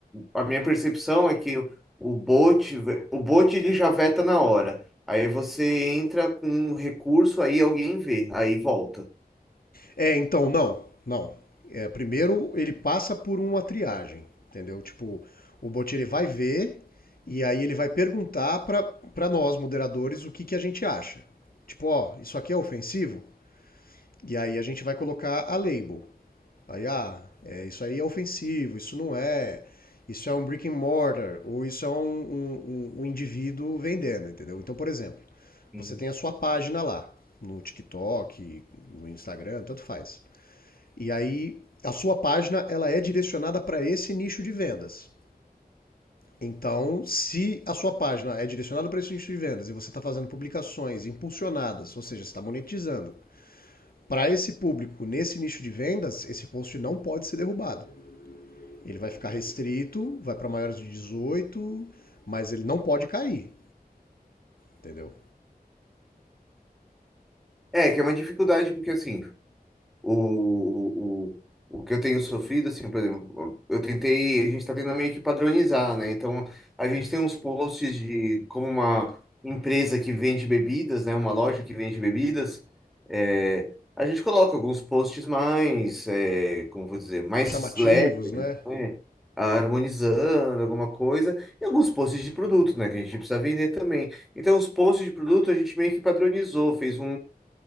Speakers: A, in the centre; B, on the left.
A: a minha percepção é que o bot, o bot ele já veta na hora. Aí você entra com um recurso, aí alguém vê, aí volta.
B: É, então, não, não. É, primeiro ele passa por uma triagem, entendeu? Tipo, o bot ele vai ver e aí ele vai perguntar pra, pra nós, moderadores, o que, que a gente acha. Tipo, ó, isso aqui é ofensivo? E aí a gente vai colocar a label. Aí, ah, é, isso aí é ofensivo, isso não é, isso é um brick and mortar, ou isso é um, um, um- um indivíduo vendendo, entendeu? Então, por exemplo,
A: Uhum.
B: você tem a sua página lá, no TikTok, no Instagram, tanto faz. E aí a sua página ela é direcionada para esse nicho de vendas. Então, se a sua página é direcionada para esse nicho de vendas e você está fazendo publicações impulsionadas, ou seja, você está monetizando, para esse público nesse nicho de vendas, esse post não pode ser derrubado. Ele vai ficar restrito, vai para maiores de 18, mas ele não pode cair, entendeu?
A: É, que é uma dificuldade, porque assim, o, o, o que eu tenho sofrido, assim, por exemplo, eu tentei, a gente está tentando meio que padronizar, né? Então, a gente tem uns posts de como uma empresa que vende bebidas, né? Uma loja que vende bebidas, é, a gente coloca alguns posts mais, é, como eu vou dizer, mais
B: Chamativos,
A: leves,
B: né?
A: né? harmonizando alguma coisa, e alguns posts de produto, né, que a gente precisa vender também. Então, os posts de produto a gente meio que padronizou, fez um,